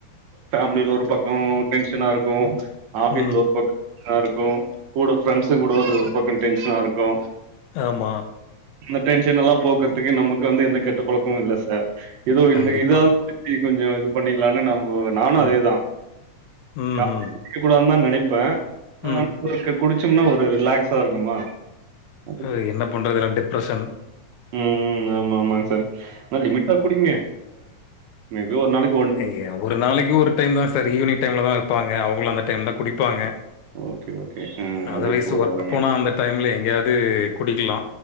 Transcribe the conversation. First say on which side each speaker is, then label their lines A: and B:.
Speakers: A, on the right; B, on the left.
A: ஃபேமிலில ஒரு பக்கோ டென்ஷனா இருக்கு ஆபிஸ்ல
B: ம்.
A: பக் காருக்கு கூட ப்ரெண்ட்ஸ்ங் கூட ஒரு பக்க டென்ஷனா இருக்கு
B: ஆமா
A: அந்த டென்ஷனெல்லா போக்குறதுக்கு நமக்கு வந்து எந்த கெட்டு பழக்கமு இல்லை சார் ஏதோ
B: கண்டிப்பா.
A: இந்த இதாவது ப்படி கொஞ்சோ இது பண்ணிக்கலானு நம்ம நானு
B: ம்.
A: அதேதா
B: ம்ஹ்ம்.
A: கா க்க கூடாதுனு தா நினைப்பே
B: ம்.
A: ஆனா குடிச்சோம்னா ஒரு ரிலாக்ஸா இருக்குமா அது
B: ஆ என்ன பண்ணுறது எல்லா டிப்ரெஷன்
A: ம் ஆமா ஆமாங்க சார் லிமிட்டா குடிங்க மேபி ஒரு நாளைக்கு
B: இங்கயே ஒரு நாளைக்கு ஒரு டைம் தா சார் ஈவினிங் டைம்ல தா வைப்பாங்க அவங்களு அந்த டைம் தா குடிப்பாங்க.
A: ஓகே ஓகே ஆ
B: அதர்வைஸ்
A: அதே போத
B: ஒர்க்
A: உடுங்க
B: போனா அந்த டைம்ல எங்கேயாவது குடிக்கலா